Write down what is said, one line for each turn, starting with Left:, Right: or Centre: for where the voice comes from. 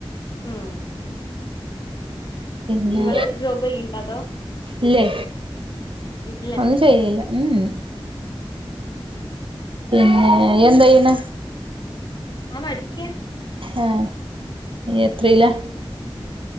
Left: മ്മ്
Right: പിന്നെ
Left: നിങ്ങള് ജോബ് ചെയ്യ്ണ്ടോ അതോ
Right: ഇല്ലേ
Left: വീട്ടിലന്നെ
Right: ഒന്നും ചെയ്ല്ല ഉഹ് പിന്നെ ഇയെന്താ ചെയ്ണ?
Left: ആ പഠിക്ക
Right: ഏഹ നീ എത്രയിലാ?